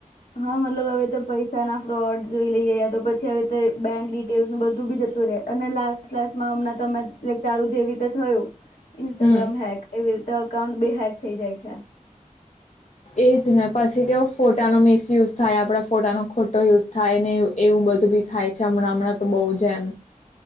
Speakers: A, on the left; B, on the left.
A: હા મતલબ હવે તો પૈસા ના ફ્રોડ જોઈ લઈ જયા તો પ ત્યારે તો એ બેંક ડિટેઇલ ને બધું બી જતું રહેે અને લાસ્ટ લાસમાં હમણાં તમે ચાલુ જેવી રીતે થયું, ઇન્સ્ટાગ્રામ
B: હમ
A: હેક એવી રીતે અ અકાઉન્ટ બી હેક થઈ જાય છે.
B: એજ ને પછી કેવ ફોટાનો મિસ યુઝ થાય, આપણા ફોટાનો ખોટો યુઝ થાય ને એવું બધું બી થાય છે હમણાં હમણાં તો બહુ જ એમ.